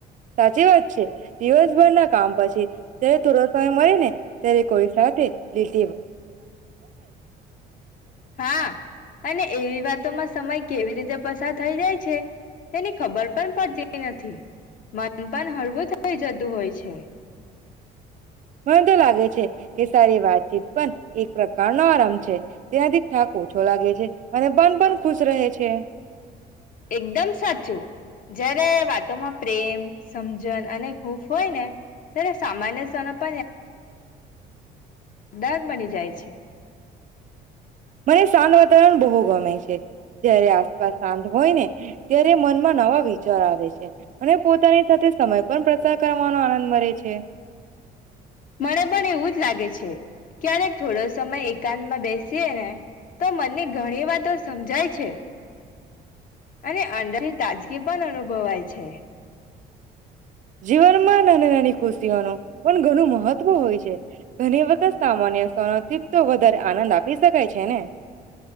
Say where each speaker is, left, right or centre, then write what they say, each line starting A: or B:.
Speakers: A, on the right (about 50°); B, on the left (about 55°).
A: સાચી વાત છે દિવસભર ના કામ પછી જયારે થોડો સમય મળે ને ત્યારે કોઈ સાથે લી.
B: હા અને એવી વાત. તોમાં સમય કેવી રીતે પસાર થઈ જાય છે. તેની ખબર પણ પડતી. નથી. ખાનપાન હળવું થઇ જતું હોય છે. જ.
A: મને તો લાગે છે કે સારી વાતચીત પણ એક પ્રકારનો આરામ છે તેનાથી થાક ઓછો લાગે છે અને મન પણ ખુશ રહે છે.
B: એકદમ સાચું જયારે વાતોમાં પ્રેમ સમજણ અને ખૂફ હોય ને. ના સામાન્ય જણપ. દાન બની જાય છે.
A: મને સાંત વા. રણ બહુ ગમે છે જય્યારે આસપાસ શાંત હોય ને ત્યારે મનમાં નવા વિચાર આવે છે અને પોતાની સાથે સમય પણ પ્રસાર કરવાનો આનંદ મળે છે.
B: મને પણ એવું જ લાગે ક્યારેક થોડો સમય એકાંતમાં બેસીએ ને તો મને. ઘણી વાર તો સમજાય છે. અને અંદરની તાજગી પણ અનુભવાય છે.
A: જીવનમાં. નાની નાની ખુશીઓ ન પણ ઘણું મહત્વ હોય છે ઘણી વખત સામાન્ય સનોથી તો વધારે આનંદ આપી શકાય છે ને.